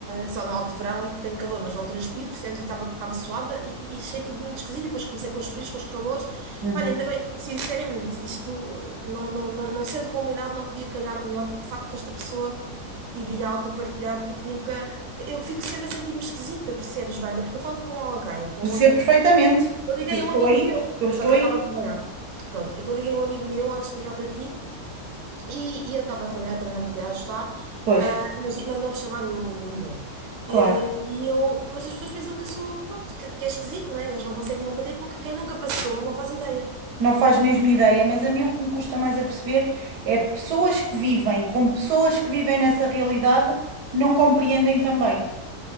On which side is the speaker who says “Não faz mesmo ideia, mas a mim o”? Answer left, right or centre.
Right